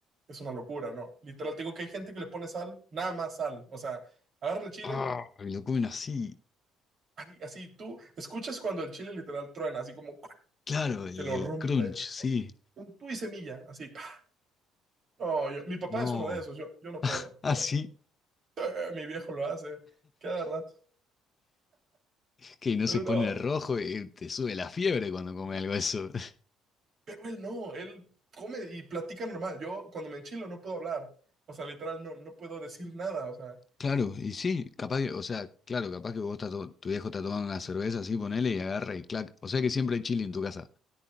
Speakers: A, on the right; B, on the left.
A: es una locura, ¿no? Literal, te digo que hay gente que le pone sal, nada más sal. O sea, agarra el chile,
B: Ah, y lo comen así.
A: ay, así tú escuchas cuando el chile literal truena, así como
B: Claro, el,
A: que lo
B: el
A: rompe.
B: crunch, sí.
A: ¿no? Un tú y semilla, así. pa. No, yo- mi papá
B: No.
A: es uno de esos, yo, yo
B: <laughs>
A: no puedo,
B: Ah,
A: yo
B: sí.
A: no puedo. Eh, mi viejo lo hace, cada rato.
B: Que no
A: Pero
B: se pone
A: no,
B: rojo y te sube la fiebre cuando come algo eso. <laughs>
A: Pero él no, él come y platica normal. Yo cuando me enchilo no puedo hablar. O sea, literal, no, no puedo decir nada. O sea,
B: Claro, y sí, capaz que, o sea, claro, capaz que vos estás to- tu viejo está tomando una cerveza así, ponele y agarra y clac. O sea que siempre hay chili en tu casa.